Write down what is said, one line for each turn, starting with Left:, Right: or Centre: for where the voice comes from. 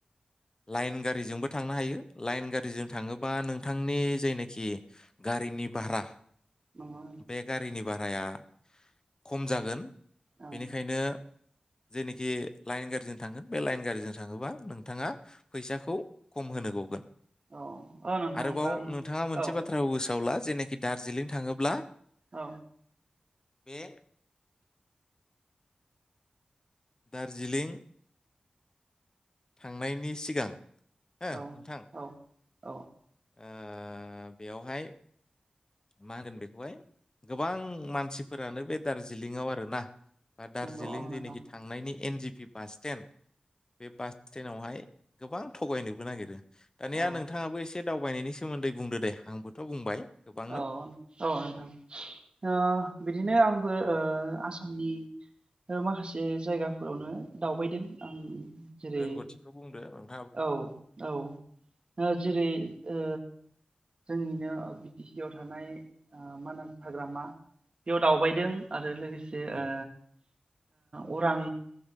Left: लाइन गारिजोंबो थांनो हायो। लाइन गारिजों थाङोब्ला बा नोंथांनि जायनाखि गारिनि भारा
Right: नङा।
Left: बे गारिनि भाराया खम जागोन।
Right: औ
Left: बेनिखायनो जेनोखि लाइन गारिजों थांगोन बे लाइन गारिजों थाङोबा नोंथाङा फैसाखौ खम होनो गगोन।
Right: औ औ नोंथां
Left: आरोबाव
Right: होमबा आं
Left: नोंथाङा मोनसे बाथ्राखौ गोसोआवला। जेनाखि दार्जिलिं थाङोब्ला
Right: औ
Left: बेे दार्जिलिं थांनायनि सिगां ओ
Right: औ
Left: नोंथां।
Right: औ औ
Left: ओ बेवहाय मा होनगोन बेखौहाय गोबां मानसिफोरानो बे दार्जिलिंआव आर ना बा दार्जिलिं
Right: नंगौ औ नोंथां
Left: जेनाखि थांनायनि एन जि पि बास स्टेणड बे बास स्टेणडावहाय गोबां थगायनोबो नागिरो। दानिया
Right: औ
Left: नोंथाङाबो एसे एसे दावबायनायनि सोमोन्दै बुंदो दे आंबोथ बुंबाय। गोबांनो
Right: औ औ नोंथां ओ बिदिनो आंबो आसामनि माखासे जायगाफोरावनो दावबायदों आं। जेरै
Left: रोंगौथिखौ बुंदो आ
Right: औ औ जेरै ओ जोंनिनो बि टि सि आव थानाय ओ मानास हाग्रामा बेयाव दावबायदों। आरो लोगोसे से
Left: औ
Right: ओ ओ अरां